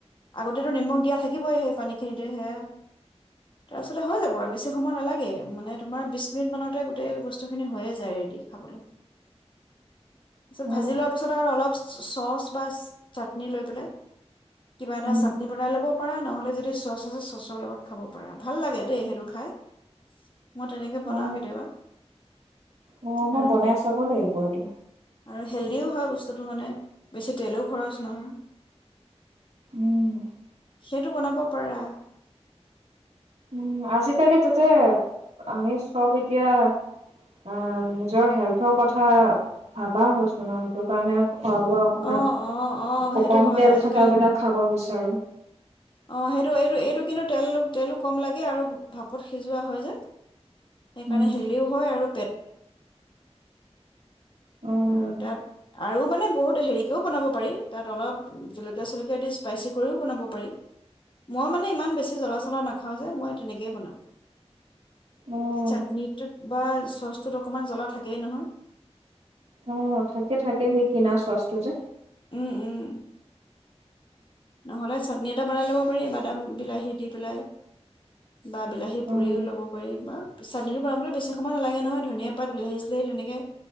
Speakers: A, on the left; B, on the right.
A: আগতেতো নিমখ দিয়া থাকিবই সেই পানীখিনিতে সেয়া তাৰপিছতে হৈ যাব আৰু বেছি সময় নালাগে মানে তোমাৰ বিছ মিনিটমানতে গোটেই বস্তুখিনি হৈয়ে যায় ৰেডি খাবলে। তাৰপিছত
B: অ
A: ভাজি লোৱাৰ পিছত আৰু অলপ চ চ'চ বা চাটনি লৈ পেলাই কিবা এটা
B: উম
A: চাটনি বনাই ল'বও পাৰা নহ'লে যদি চ'চ আছে চচৰ লগত খাব পাৰা ভাল লাগে দেই সেইটো খাই মই তেনেকে বনাও
B: অ
A: কেতিয়াবা।
B: অ মই
A: আৰু
B: বনাই চাব লাগিব এইটো
A: আৰু হেল্ডিও হয়, বস্তুটো মানে বেছি তেলেও খৰচ নহয়
B: উম
A: সেইটো বনাব পাৰা।
B: উ আজিকালি তাতে আমি চব এতিয়া অ নিজৰ হেল্থৰ কথা ভাবা হৈছো ন সেইটো কাৰণে খোৱা বোৱা অকমান
A: অ অ অ
B: ককম
A: সেইটো হয়
B: তেল
A: আজিকালি
B: থকা বিলাক খাব বিচ তাৰো
A: অ সেইটো এইটো-এইটো কিন্তু তেল তেলো কম লাগে আৰু ভাপত সিজোৱা হয় যে, সেইকাৰণে
B: উম,
A: হেল্ডিও হয় আৰু <unintelligible>
B: অ',
A: আৰু তাত আৰু মানে বহুত হেৰিকেও বনাব পাৰি তাত অলপ জলকীয়া চলকীয়া দি স্পাইচি কৰিও বনাব প মই মানে ইমান বেছি জ্বলা চলা নাখাও যে মই তেনেকেই বনাম
B: অ',
A: চাটনিটো বা চচটোত অকণমান জ্বলা থাকেই নহয়।
B: অ থাকে-থাকে সেই কিনা চচটো যে
A: উম-উম নহ'লে চাটনি এটা বনাই ল'ব পাৰি বাদাম বিলাহী দি পেলাই। বা বিলাহী
B: অ', উম,
A: পুৰিও ল'ব পাৰি বা চাটননিটো বনাবলৈ বেছি সময় নালাগে নহয় ধনিয়া পাত বিলাহী চলাহী তেনেকে